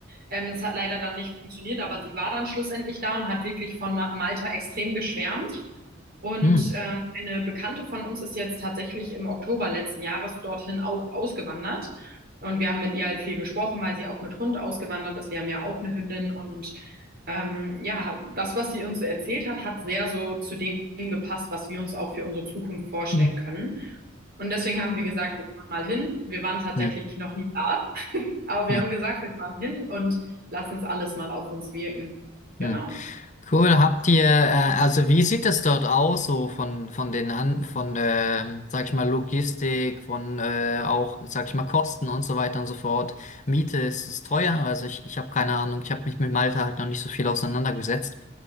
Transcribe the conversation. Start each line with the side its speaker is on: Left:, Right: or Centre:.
Right: Ähm, es hat leider dann nicht funktioniert, aber sie war dann schlussendlich da und hat wirklich von Ma- Malta extrem geschwärmt. Und
Left: Mhm.
Right: ähm, eine Bekannte von uns ist jetzt tatsächlich im Oktober letzten Jahres dorthin auch ausgewandert. Und wir haben mit ihr halt viel gesprochen, weil sie auch mit Hund ausgewandert ist. Wir haben ja auch eine Hündin und ähm, ja, das, was sie uns so erzählt hat, hat sehr so zu dem gepasst, was wir uns auch für unsere Zukunft vorstellen
Left: Mhm.
Right: können. Und deswegen haben wir gesagt, wir fahren mal hin. Wir waren tatsächlich
Left: Ja,
Right: noch nie da, aber wir
Left: ja.
Right: haben gesagt, wir fahren hin und lassen es alles mal auf uns wirken.
Left: ja.
Right: Genau.
Left: Cool, habt ihr, äh, also wie sieht das dort aus, so von, von den an, von der, sag ich mal, Logistik, von äh, auch, sag ich mal, Kosten und so weiter und so fort. Miete, ist es teuer? Also ich, ich habe keine Ahnung, ich habe mich mit Malta halt noch nicht so viel auseinandergesetzt.